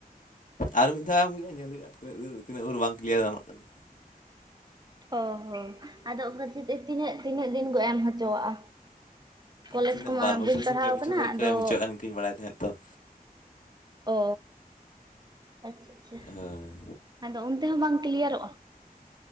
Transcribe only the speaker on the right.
ᱚ ᱦᱚᱸ ᱟᱫᱚ ᱚᱱᱠᱟ ᱛᱮ ᱛᱤᱱᱟᱹᱜ ᱛᱤᱱᱟᱹᱜ ᱫᱤᱱ ᱠᱚ ᱮᱢ ᱦᱚᱪᱚᱣᱟᱜᱼᱟ? ᱠᱚᱞᱮᱡᱽ
ᱠᱚᱢᱟ
ᱵᱟᱹᱧ ᱯᱟᱲᱦᱟᱣ
ᱟᱠᱟᱱᱟ
ᱟᱫᱚ
ᱚ ᱟᱪᱪᱷᱟ ᱟᱪᱪᱷᱟ
ᱟᱫᱚ ᱚᱱᱛᱮ ᱦᱚᱸ ᱵᱟᱝ ᱠᱞᱤᱭᱟᱨᱚᱜ-ᱟ?